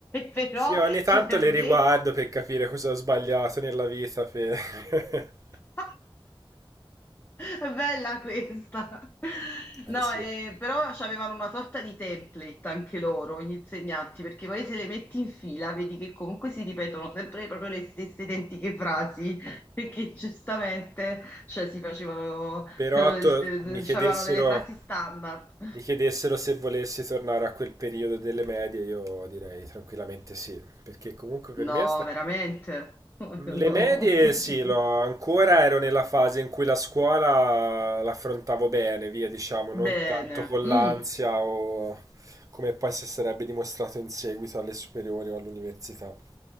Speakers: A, on the left (about 20°); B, on the right (about 35°).
A: però
B: Sì, ogni tanto
A: cioè a
B: le
A: me
B: riguardo per capire cosa ho sbagliato nella vita. per- <laughs>
A: <laughs> è bella questa.
B: Eh
A: No,
B: sì.
A: eh, però avevano una sorta di template anche loro, gli insegnanti, perché poi se le metti in fila vedi che comunque si ripetono sempre proprio le stesse identiche frasi, <laughs> perché giustamente cioè, si facevano,
B: Però
A: eh, il-
B: to- mi chiedessero.
A: c'avevano delle frasi standard.
B: Mi chiedessero se volessi tornare a quel periodo delle medie, io direi tranquillamente sì, perché comunque per
A: No,
B: me è sta-
A: veramente? <laughs>
B: le
A: No.
B: medie sì, l'ho- ancora ero nella fase in cui la scuola l'affrontavo bene, via, diciamo, non
A: Bene,
B: tanto con
A: mm,
B: l'ansia o come poi si sarebbe dimostrato in seguito alle superiori o all'università.